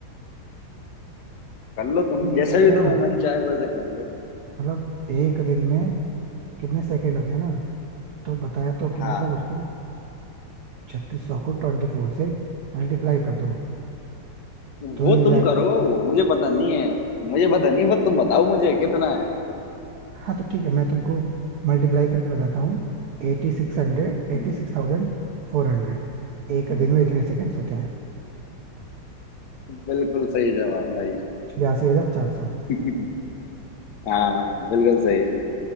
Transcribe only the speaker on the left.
कर लो तुम
जैसे
भी
तुम्हें
मन चाहे वैसे कर लो
हाँ
वो
तुम
करो मुझे पता नहीं है मुझे पता नहीं बस तुम बताओ मुझे कितना
हम्म,
हाँ,
बिल्कुल सही जवाब भाई
<laughs> हाँ बिल्कुल सही